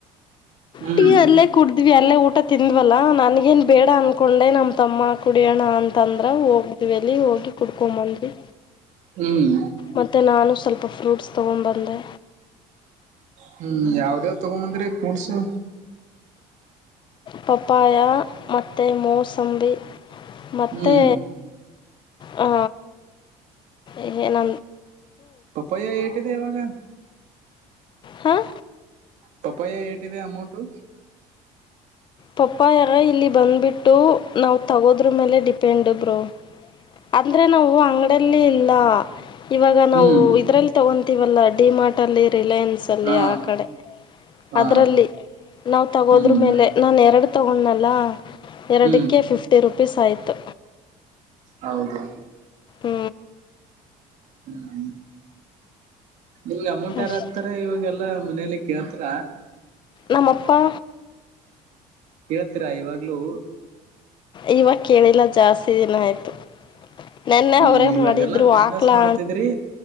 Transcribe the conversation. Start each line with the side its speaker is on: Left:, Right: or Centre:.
Right: ಹ್ಮ್
Left: ಟಿ ಅಲ್ಲೇ ಕುಡಿದ್ವಿ ಅಲ್ಲೇ ಊಟ ತಿಂದ್ವಲ್ಲಾ ನನ್ಗೇನ್ ಬೇಡ ಅನ್ಕೊಂಡೆ ನ ತಮ್ಮ ಕುಡಿಯೋಣ ಅಂತಂದ್ರ ಹೋಗ್ದ್ವಿ ಅಲ್ಲಿ ಹೋಗಿ ಕುಡ್ಕೊಂಬಂದ್ವಿ
Right: ಹ್ಮ್
Left: ಮತ್ತೆ ನಾನು ಸ್ವಲ್ಪ ಫ್ರೂಟ್ಸ್ ತಗೊಂಡಬಂದೆ
Right: ಹೂ ಯಾವ್ದೇವ್ ತಗೊಂಬಂದ್ರಿ ಪೂಡ್ಸು
Left: ಪಪ್ಪಾಯ ಮತ್ತು ಮೋಸಂಬಿ ಮತ್ತು
Right: ಹ್ಮ್
Left: ಹ ಎ ನ
Right: ಪಪಾಯ ಎಟ ಇವಾಗ
Left: ಹಾಂ
Right: ಪಪಾಯ ಏಟಿದೆ ಅಮೌಂಟ್ು
Left: ಪಪಾಯ ಅವ್ರೇ ಇಲ್ಲಿ ಬಂದ್ಬಿಟ್ಟು ನಾವು ತಗೋದ್ರ ಮೇಲೆ ಡಿಪೆಂಡ ಬ್ರೋ ಅಂದರೆ ನಾವು ಅಂಗಡಲ್ಲಿ ಇಲ್ಲ ಇವಾಗ ನಾವು
Right: ಹ್ಮ್
Left: ಇದರಲ್ಲಿ ತೊಗೊತೀವಲ್ಲ ಡಿಮಾರ್ಟಲ್ಲಿ ರಿಲಯನ್ಸಲ್ಲಿ
Right: ಹಾ
Left: ಆ ಕಡೆ
Right: ಹಾ
Left: ಅದರಲ್ಲಿ ನಾವು ತಗೋದ್ರ
Right: ಹ್ಮ್
Left: ಮೇಲೆ ನಾನು ಎರಡು ತಗೊಂಡನಲ್ಲ ಎರಡಕ್ಕೆ
Right: ಹ್ಮ್
Left: ಫಿಫ್ಟಿ ರೂಪಿಸ್ ಆಯ್ತಾ
Right: ಹೌದು
Left: ಹೂ
Right: ಹೂ ನಿಮ್ಗೆ ಅಮೌಂಟ್ ಯಾರ್
Left: ಅಷ್ಟೆ
Right: ಹಾಕ್ತಾರೆ ಇವಾಗೆಲ್ಲಾ ಮನೇಲಿ ಕೇಳ್ತ್ರ
Left: ನಮ್ಮ ಅಪ್ಪಾ
Right: ಕಳ್ತೀರಾ ಇವಾಗ್ಲುೂ
Left: ಇವಾಗ ಕೇಳಿಲ್ಲ ಜಾಸ್ತಿ ದಿನ ಆಯ್ತು ನೆನ್ನೆ
Right: ಹ್ಮ್
Left: ಅವ್ರೇ
Right: ಇವಾಗೆಲ್ಲಾ
Left: ಮಾಡಿದ್ರು
Right: ಬಿಸ್ನೆಸ್
Left: ಹಕ್ಲಾ
Right: ಮಾಡ್ತಿದ್ರಿ